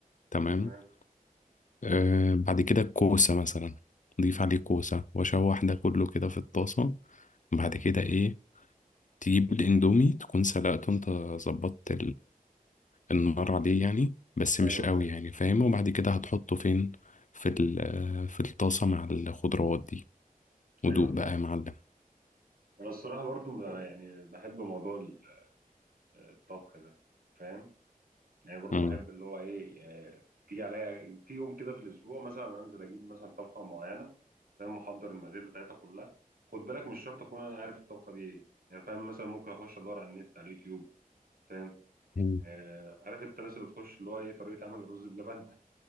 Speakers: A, on the left (about 60°); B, on the right (about 80°).
A: تمام
B: تمام
A: آه بعد كده الكوسة مثلا ضيف عليه كوسة وأشوح ده كله كده في الطاسة بعد كده إيه تجيب الإندومي تكون سلقته أنت ظبطت النار عليه يعني بس مش
B: ايوه
A: قوي
B: فاهم
A: يعني فاهم وبعد كده هتحطه فين في ال- في الطاسة مع الخضروات دي
B: ايوه
A: ودوق بقى
B: فاهم
A: يا معلم
B: انا الصراحه برضو ب- يعني بحب موضوع ال- الطبخ ده فاهم يعني برضو
A: مم.
B: بحب اللي هو ايه آه، تيجي عليا في يوم كده في الاسبوع مثلا انزل اجيب مثلا طبخه معينه فاهم محضر المقادير بتاعتها كلها خد بالك مش شرط اكون انا عارف الطبخه دي ايه يعني فاهم مثلا ممكن اخش ادور على النت على اليوتيوب فاهم
A: مم.
B: آه عارف انت الناس اللي تخش اللي هو ايه طريقه عمل الرز بلبن